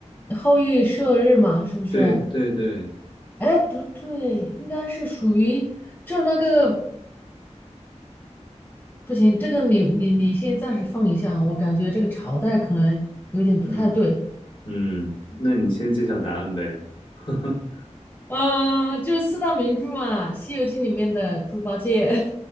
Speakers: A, on the left; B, on the left.
A: 《后羿射日》嘛，是不是？
B: 对对对，
A: 哎，不对，应该是属于就是那个不行，这个你你你先暂时放一下啊，我感觉这个朝代可能有点不太对。
B: 嗯嗯，那你先揭晓答案呗。<laughs>
A: 啊，就是四大名著嘛，《西游记》里面的猪八戒，